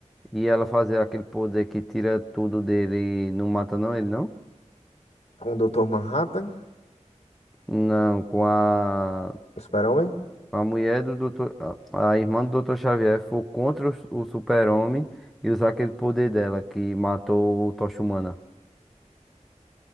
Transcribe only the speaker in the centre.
e ela fazer aquele poder que tira tudo dele e não mata não ele, não?
Não, com a
A mulher do doutor, a a irmã do doutor Xavier foi contra o, su- o super-homem e usar aquele poder dela que matou o Tocha Humana.